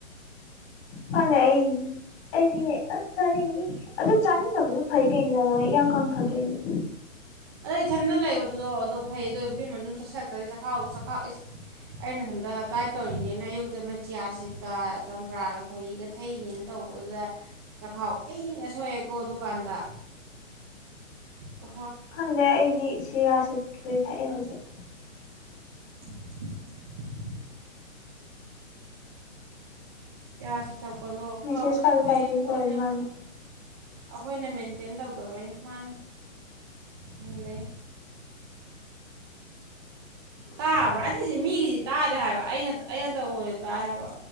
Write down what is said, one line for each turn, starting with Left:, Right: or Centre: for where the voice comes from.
Left: ꯐ ꯑꯩ ꯑꯩꯗꯤ ꯑ ꯆꯥꯅꯤꯡꯅꯤ ꯑꯗꯨꯝ ꯆꯥꯅꯤꯡꯗꯕꯗꯣ ꯐꯩ ꯀꯩꯅꯣ ꯏꯌꯥꯡ ꯀꯪ ꯊꯥꯗꯣꯏꯅꯤ
Right: ꯑꯗꯣ ꯏꯊꯟꯇ ꯂꯩꯕꯗꯨꯗꯣ ꯑꯗꯣ ꯐꯩꯗꯣ ꯕꯦꯝ ꯑꯗꯨꯝ ꯆꯠꯁꯤꯜꯂꯛꯇꯗꯤ ꯆꯈꯥꯎ ꯆꯈꯥꯎ ꯑꯦ ꯑꯩꯅ ꯁꯣꯝꯗ ꯗꯥꯏꯠ ꯇꯧꯔꯤꯅꯤꯅ ꯑꯌꯨꯛꯇ ꯃꯆꯤꯌꯥ ꯁꯦꯠꯀ ꯆꯝꯄ꯭ꯔꯥꯒ ꯈꯣꯏꯍꯤꯒ ꯊꯩꯅꯦꯅ ꯇꯧꯕꯗꯨꯗ ꯆꯈꯥꯎ ꯊꯦꯡꯅ ꯁꯣꯛꯑꯦꯀꯣ ꯗꯨꯀꯥꯟꯗ ꯑ
Left: ꯈꯪꯗ꯭ꯔꯦ ꯑꯩꯗꯤ ꯁꯤ ꯔꯥꯁꯤꯠꯄꯨ ꯊꯛꯑꯦ ꯍꯧꯖꯤꯛ
Right: <inaudible> ꯄꯤꯌꯥꯁꯤ ꯊꯛꯄꯗꯣ
Left: ꯃꯦꯁꯦꯁ
Right: ꯐꯕꯨꯗꯤ
Left: ꯀꯥꯗ
Right: ꯐꯩꯌꯦꯈꯣꯏꯅ
Left: ꯇꯥꯏꯄꯤꯡ ꯇꯧꯔꯤ ꯃꯥꯜꯂꯦ
Right: ꯑꯩꯈꯣꯏꯅ ꯃꯦꯟꯇꯦꯟ ꯇꯧꯗꯕꯩ ꯃꯥꯅ ꯍꯟꯕꯩ ꯇꯥꯕ꯭ꯔꯥ ꯑꯩꯅꯤꯁꯦ ꯃꯤꯒꯤꯗꯤ ꯇꯥꯗꯦ ꯍꯥꯏꯕ ꯑꯩꯅ ꯑꯩꯅ ꯇꯧꯕꯗꯤ ꯇꯥꯏ ꯍꯥꯏꯕ